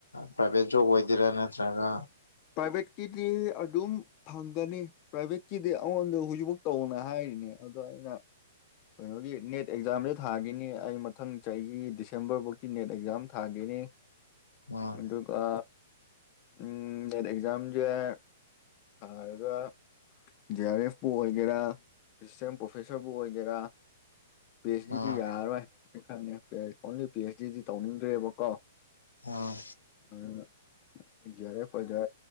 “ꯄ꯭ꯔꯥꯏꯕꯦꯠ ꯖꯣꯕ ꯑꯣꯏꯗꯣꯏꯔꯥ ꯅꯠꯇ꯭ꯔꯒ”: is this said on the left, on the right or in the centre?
Left